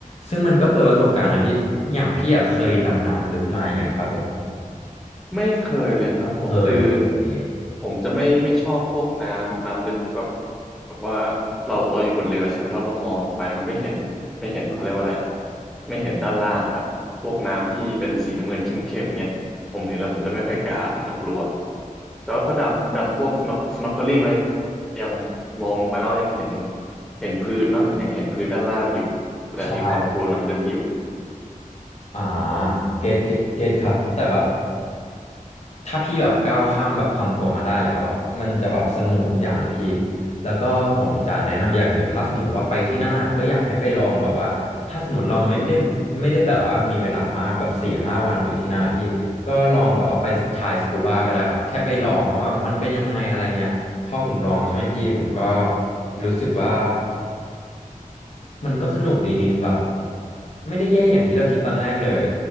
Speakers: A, on the left; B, in the centre.
A: ซึ่งมันก็เปิดประสบการณ์นะพี่อย่างพี่อะเคยดำน้ำลึกมาอย่างครับผม
B: ไม่เคยเลยครับผมคือ
A: เคยโอเค
B: ผมจะไม่ไม่ชอบพวกน้ำน้ำลึกที่แบบว่าเราเราอยู่บนเรือใช่ไหมแล้วเรามองลงไปมันไม่เห็นไม่เห็นเขาเรียกว่าอะไรอ่ะไม่เห็นด้านล่างอ่ะพวกน้ำที่เป็นสีน้ำเงินเข้มๆเงี้ยผมเห็นแล้วผมจะไม่ค่อยกล้าผมจะกลัวแต่ว่าพอดำดำพวกสน็อกสน็อกเกิลิ่งเรายังมองลงไปแล้วยังเห็นเห็นพื้นเนาะเห็นยังเห็นพื้นด้านล่างอยู่ก็แบบมีความกลัวน้ำลึกอยู่
A: ใช่อ่าเกตเกตเกตครับแต่แบบถ้าพี่แบบก้าวข้ามแบบความกลัวมาได้แล้วอะมันจะแบบสนุกทุกอย่างเลยพี่แล้วก็ผมจะแนะนำอย่างหนึ่งถ้าสมมติว่าไปที่นั่นอะก็อยากให้ไปลองแบบว่าถ้าสมมติเราไม่ได้ไม่ได้แบบว่ามีเวลามากแบบสี่ห้าวันอยู่ที่นั่นอะพี่ก็ลองแบบว่าไปทายสกูบาก็ได้ครับแค่ไปลองว่าแบบมันเป็นยังไงอะไรเงี้ยพอผมลองใช่ไหมพี่ผมก็รู้สึกว่า มันก็สนุกดีนี่แบบไม่ได้แย่อย่างที่เราคิดตอนแรกเลย